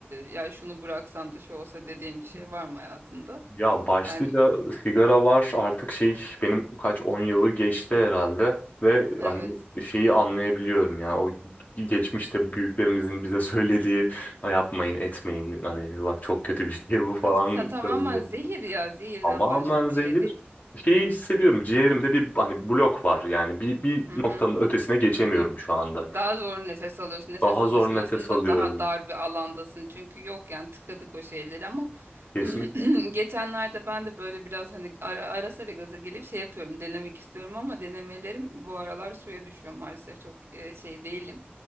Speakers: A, on the right; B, on the left.
A: ya şunu bıraksam da şu olsa dediğim bir şey var mı hayatında?
B: Ya başlıca
A: Yani
B: sigara var artık şey benim kaç 10 yılı geçti herhalde ve
A: evet.
B: hani şeyi anlayabiliyorum ya o geçmişte büyüklerimizin bize söylediği "Ha, yapmayın etmeyin hani bak çok kötü bir şey bu falan
A: Abi, sa- tamamen
B: sözlerini.
A: zehir ya. Zehirden
B: Tamamen
A: başka bir
B: zehir
A: şey değil.
B: şeyi hissediyorum ciğerimde bir hani blok var yani bir, bir
A: Mhm.
B: noktanın ötesine geçemiyorum şu anda.
A: Daha zor nefes alıyorsun. Nefes
B: Daha
A: alışın
B: zor nefes
A: aslında
B: alıyorum.
A: daha dar bir alandasın. Çünkü yok yani tıkadık o şeyleri ama
B: Kesinlikle.
A: <clears throat> geçenlerde ben de böyle biraz hani ara, ara sıra gaza gelip şey yapıyorum. Denemek istiyorum ama denemelerim bu aralar suya düşüyor maalesef. Çok e, şey değilim.